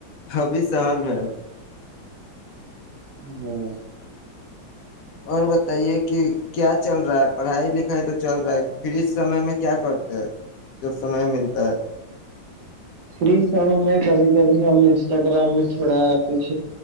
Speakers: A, on the left; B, on the right.
A: حبی شہر میں
B: ہ <unintelligible>
A: اور بتائیے کہ کیا چل رہا ہے پڑھائی لکھائی تو چل رہا ہے پھر اس سمے میں کیا کرتے ہیں جب سمے ملتا ہے
B: فری س میں کبھی کبھی ہم انسٹاگرام میں تھوڑا کچھ